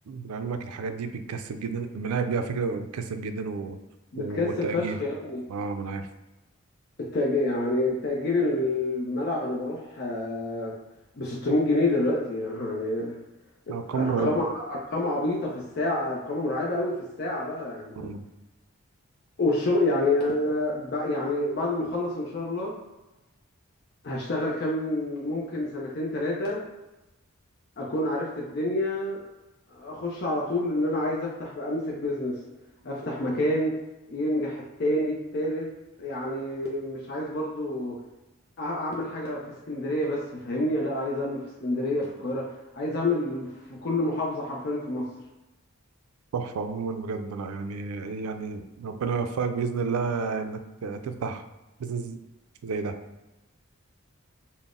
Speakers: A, on the right; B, on the left.
A: لعلمك الحاجات دي بتكسب جدا الملاعب دي على فكره بتكسب جدا و...
B: بتكسب
A: والتأجير
B: فشخ يا ابني
A: اه ما انا عارف
B: التأجير يعني تأجير الملعب انا بروح آه، ب 600 جنيه دلوقتي يعني
A: لا ارقام
B: ارقام
A: مرعبه
B: ارقام عبيطه في الساعه ارقام مرعبه قوي في الساعه لا يعني
A: مم.
B: والشغل يعني انا ب- يعني بعد ما اخلص ان شاء الله هشتغل كام ممكن سنتين ثلاثه اكون عرفت الدنيا اخش على طول ان انا عايز افتح بقى امسك بيزنس افتح مكان ينجح التاني التالت يعني مش عايز برضو أع- اعمل حاجه في اسكندريه بس فاهمني لا عايز اعمل في اسكندريه في القاهره عايز اعمل في كل محافظه حرفيا في مصر
A: تحفه عموما بجد لا يعني يعني ربنا يوفقك باذن الله انك تفتح بزنس زي ده